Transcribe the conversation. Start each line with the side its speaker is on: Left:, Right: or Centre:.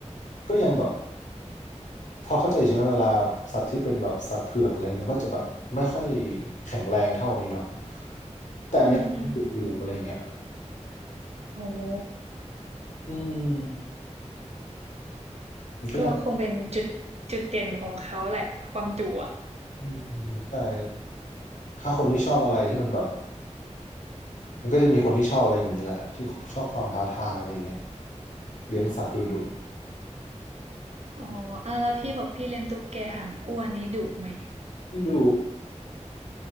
Left: ก็ยังแบบพอเข้าใจใช่ไหมเวลาสัตว์ที่เป็นแบบสัตว์เผือกอะไรเงี้ยมันก็จะแบบไม่ค่อยแข็งแรงเท่านี้เนาะแต่อันนี้มันดุอยู่อะไรเงี้ย
Right: อืมอืมโอ้โห
Left: อืมมันก็ยัง
Right: ก็คงเป็นจุดจุดเด่นของเขาแหละความดุ
Left: อืมใช่ถ้าคนที่ชอบอะไรที่มันแบบมันก็จะมีคนที่ชอบอะไรอย่างเงี้ยแหละที่ชอบความท้าทายอะไรอย่างเงี้ยเลี้ยงสัตว์ดุดุ
Right: อ๋ออ่ะแล้วพี่บอกพี่เลี้ยงตุ๊กแกหางอ้วนนี่ดุไหม
Left: นี่ดู